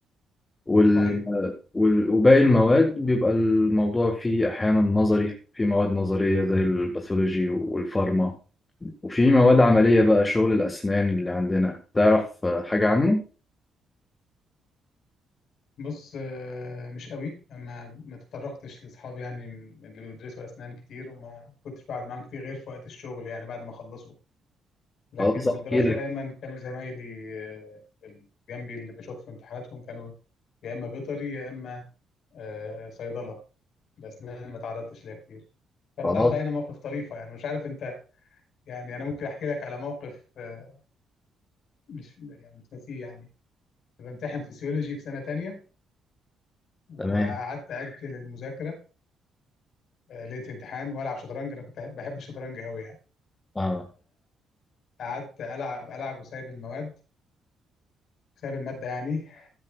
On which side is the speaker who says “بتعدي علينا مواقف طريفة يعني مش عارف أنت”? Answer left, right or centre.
Left